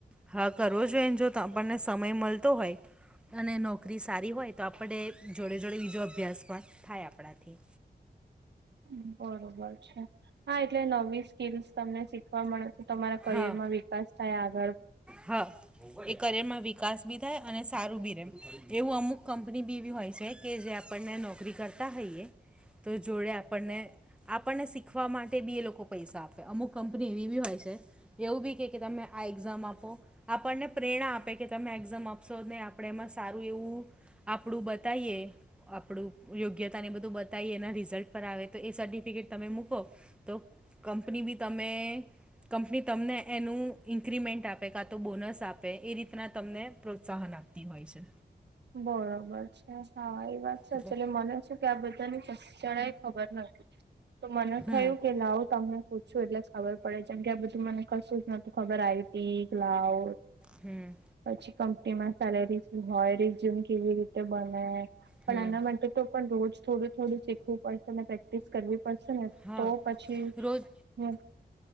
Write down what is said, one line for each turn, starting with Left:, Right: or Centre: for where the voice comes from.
Centre: હા કરવો જોઈએ અને જો આપણને સમય મળતો હોય અને નોકરી સારી હોય તો આપણે જોડે જોડે બીજો અભ્યાસ પણ થાય આપણાથી
Right: હમ્મ બરોબર છે. હા એટલે નવી સ્કીલસ તમને શીખવા મળે છે તમારા કરિયરમાં
Centre: હા
Right: વિકાસ થાય આગળ
Centre: હા એ કરિયર માં વિકાસ બી થાય અને સારું બી રે એવું અમુક કંપની બીવી હોય છે કે જે આપણને નોકરી કરતા હોઈએ. તો જોડે આપણને આપણને શીખ શીખવા માટે બી એ લોકો પૈસા આપે અમુક કંપની એવી બી હોય છે. એવું બી કે કે તમે આ એક્ઝામ આપો. આપણને પ્રેરણા આપે કે તમે એક્ઝમ આપશો નને આપણે એમાં સારું એવું આપણું બતાઈએ. આપડું યોગ્યતા ને બધું બતાવી એના રિઝલ્ટ પર આવે તો એ સર્ટિફિકેટ તમે મુક મુકો તો કંપની બી તમે કંપની તમને એનું ઇન્ક્રીમેન્ટ આપે કાં તો બોનસ આપે એ રીતના તમને પ્રોત્સાહન આપે. તી હોય છે.
Right: બરોબર છે સવારી વાત સાચું
Centre: એટલે
Right: ચલે મને શું કે આ બધા ની કે જરાએ એ ખબર નથી. તો મને
Centre: હમ
Right: થયું કે લાવું તમને પૂછું શું એટલે જ ખબર પડે જેમ કે આ બધું મને કશું જ નતું ખબર આઈટી લાવ.
Centre: હમ
Right: પછી કંપનીમાં સેલેરી હોય રિઝ્યુમ કેવી રીતે બને પણ
Centre: હમ
Right: આના માટે તો પણ રોજ થોડું થોડું શીખવું પડશે અને પ્રેક્ટિસ કરવી પડશે ને
Centre: હા
Right: તો પછી
Centre: રોજ
Right: હું